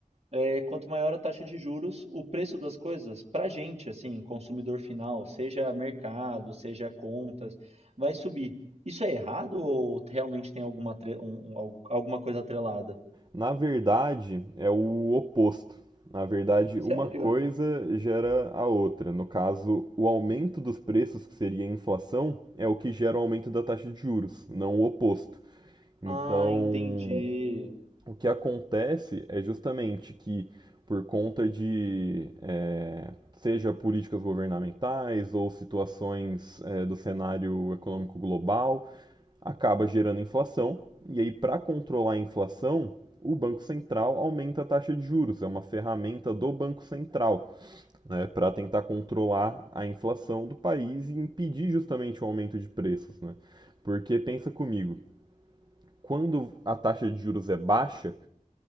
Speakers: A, on the right (about 50°); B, on the right (about 30°).
A: é, quanto maior a taxa de juros, o preço das coisas, pra gente, assim, consumidor final, seja mercado, seja contas, vai subir. Isso é errado ou realmente tem alguma, atre- um- um- al- alguma coisa atrelada?
B: Na verdade, é o oposto. Na verdade,
A: Sério?
B: uma coisa gera a outra. No caso, o aumento dos preços, que seria a inflação, é o que gera o aumento da taxa de juros, não o oposto. Então,
A: Ah, entendi.
B: O que acontece é justamente que, por conta de, é, seja políticas governamentais ou situações é, do cenário econômico global, acaba gerando inflação. E aí, para controlar a inflação, o Banco Central aumenta a taxa de juros, é uma ferramenta do Banco Central né, para tentar controlar a inflação do país e impedir justamente o aumento de preços. Né? Porque pensa comigo, quando a taxa de juros é baixa,